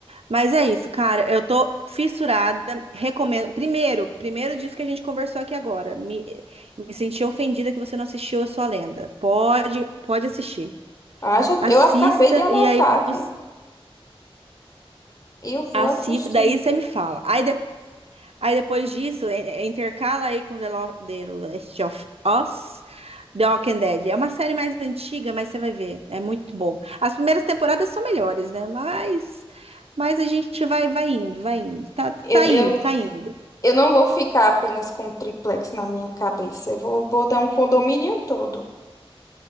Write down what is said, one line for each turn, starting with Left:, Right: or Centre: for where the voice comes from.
Right: Mas é isso, cara. Eu tô fissurada. Recomendo. Primeiro, primeiro disso que a gente conversou aqui agora. Me, me senti ofendida que você não assistiu a sua lenda. Pode, pode assistir.
Left: Ah, já,
Right: Assista
Left: eu acabei de anotar
Right: e aí
Left: aqui.
Right: você
Left: Eu vou
Right: assista.
Left: assistir.
Right: Daí você me fala. Aí, de- aí depois disso, é- é- intercala aí com The, Lo- The Last of Us. The Walking Dead. É uma série mais antiga, mas você vai ver. É muito bom. As primeiras temporadas são melhores, né? Mas, mas a gente vai, vai indo, vai indo. Tá, tá
Left: Eu, eu
Right: indo, tá indo.
Left: Eu não vou ficar apenas com o triplex na minha cabeça. Eu vou botar um condomínio todo.